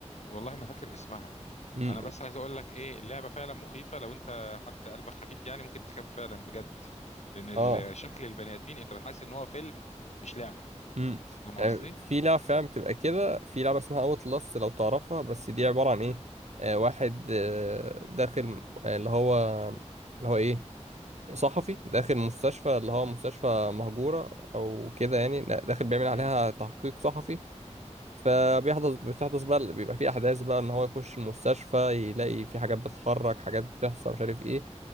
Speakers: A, on the left; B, on the right.
A: والله ما فاكر اسمها
B: امم
A: انا بس عايز اقول لك ايه اللعبه فعلا مخيفه لو انت حد قلبك خفيف يعني ممكن تخاف فعلا بجد لان ال-
B: اه
A: آه، شكل البني ادمين انت حاسس ان هو فيلم مش لعبه
B: امم
A: فاهم قصدي
B: آه، في لعبة فعلا بتبقى كده في لعبة اسمها اوت لاست لو تعرفها بس دي عبارة عن ايه آه واحد آه داخل آه، اللي هو اللي هو ايه صحفي داخل مستشفى اللي هو مستشفى مهجورة او كده يعني داخل بيعمل عليها
A: امم
B: تحقيق صحفي فبيحدث
A: امم
B: بتحدث بقى بيبقى في احداث بقى ان هو يخش المستشفى يلاقي في حاجات بتتحرك حاجات بتحصل مش عارف ايه